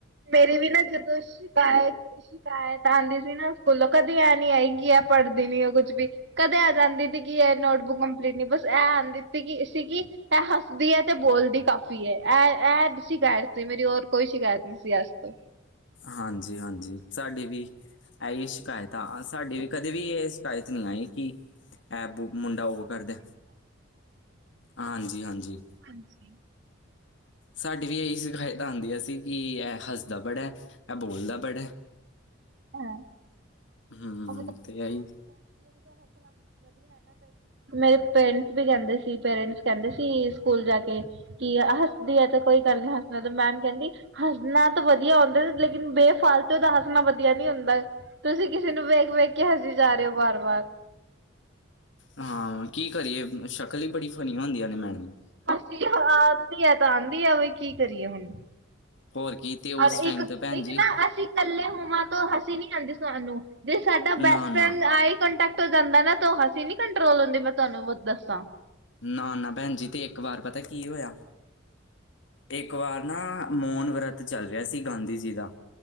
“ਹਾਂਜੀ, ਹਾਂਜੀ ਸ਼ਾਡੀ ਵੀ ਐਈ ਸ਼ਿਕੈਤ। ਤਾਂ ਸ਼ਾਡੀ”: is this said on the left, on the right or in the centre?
Left